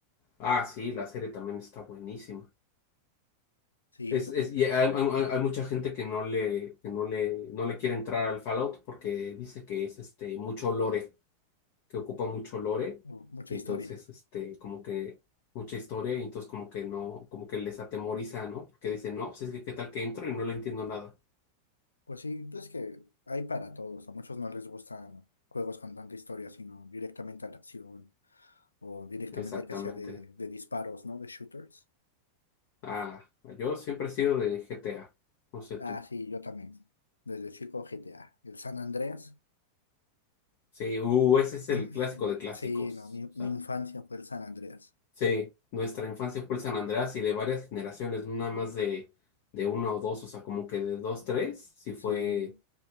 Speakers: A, on the left (about 45°); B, on the left (about 80°).
A: Ah, sí, la serie también está buenísima.
B: Sí,
A: Es,
B: es lo
A: es,
B: que...
A: y hay, hay- hay- hay mucha gente que no le, que no le, no le quiere entrar al Fallout porque dice que es este mucho lore. que ocupa mucho lore
B: Uh, Mucha
A: y
B: historia.
A: entonces este como que mucha historia y entonces como que no, como que les atemoriza, ¿no? Porque dicen, no, pues es que qué tal que entro y no le entiendo nada.
B: Pues sí, pues es que hay para todos. A muchos no les gustan juegos con tanta historia, sino directamente a la acción o directamente
A: Exactamente.
B: que sea de, de disparos, ¿no? De shooters.
A: Ah, yo siempre he sido de G T A no sé
B: Ah,
A: tú.
B: sí, yo también. Desde chico GTA. El San Andreas.
A: Sí, uh, ese
B: <clears throat>
A: es el clásico de clásicos.
B: Sí, no, mi,
A: O
B: mi
A: sea,
B: infancia fue el San Andreas.
A: sí, nuestra infancia fue el San Andreas y de varias generaciones, no nada más de, de uno o dos, o sea, como que de dos, tres, sí fue
B: Sí,